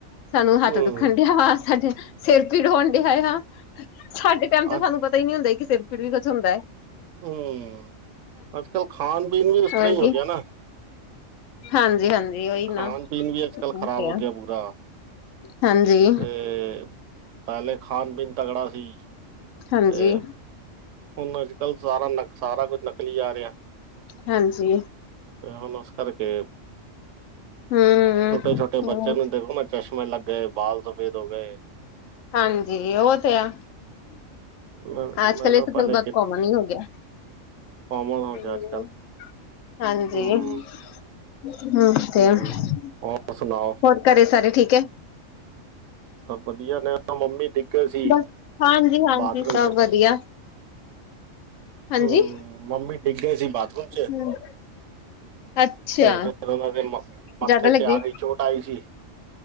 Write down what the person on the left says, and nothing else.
ਸਾਨੂੰ ਹੱਥ
ਦੁੱਖਣ ਡਿਆ ਵਾ। ਸਾਡੇ ਸੇਰ ਪੀੜ ਹੋਣ ਡੇਆ ਆ। ਸਾਡੇ ਟੈਮ ਚ
ਸਾਨੂੰ ਪਤਾ ਈ ਨੀ ਹੁੰਦਾ ਹੀ ਕਿ ਸੇਰ ਪੀੜ ਵੀ ਕੁਛ ਹੁੰਦਾ ਏ।
ਹੋਰ
ਕੀ
ਹਾਂਜੀ, ਹਾਂਜੀ। ਉਹੀ ਨਾ
ਹਾਂਜੀ
ਹਾਂਜੀ
ਹਾਂਜੀ।
ਹਾਂਜੀ।
ਹਮ
ਹਮ
ਹਾਂਜੀ ਓ ਤੇ ਆ,
ਅੱਜ-ਕਲ
ਏ ਤਾਂ
ਫਿਰ ਬੋਤ
ਈ ਕੋਮਨ ਈ ਹੋ ਗੇਆ।
ਹੂੰ,
ਹਾਂਜੀ।
<unintelligible>
ਹੋਰ ਘਰੇ ਸਾਰੇ ਠੀਕ ਐ?
ਬਸ ਹਾਂਜੀ ਹਾਂਜੀ
ਸਭ
ਵਧੀਆ ਹਾਂਜੀ
ਹੂੰ, ਅੱਛਾ।
ਜ਼ਿਆਦਾ ਲੱਗੀ,